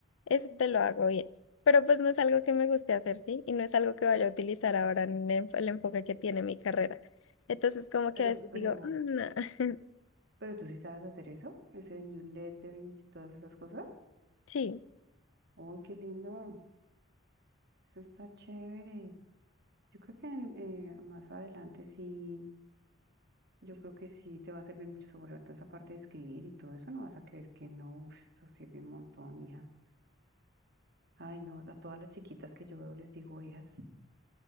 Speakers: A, on the left; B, on the right.
A: Eso
B: Mm.
A: te lo hago bien. Pero pues no es algo que me guste hacer, ¿sí? Y no es algo que vaya a utilizar ahora en el, el enfoque que tiene mi carrera. Entonces, como
B: Pero,
A: que a veces
B: pero,
A: digo, "Mm, no". <laughs>
B: pero tú sí sabes hacer eso, ese newsletter y todas esas cosas.
A: Sí,
B: ¡Oh, qué lindo! Eso está chévere. Yo creo que en, eh, más adelante sí. Yo creo que sí te va a servir mucho sobre todo esa parte de escribir y todo eso. No vas a creer que no. Uf, eso sirve un montón, hija. Ay, no, a todas las chiquitas que yo veo les digo hijas.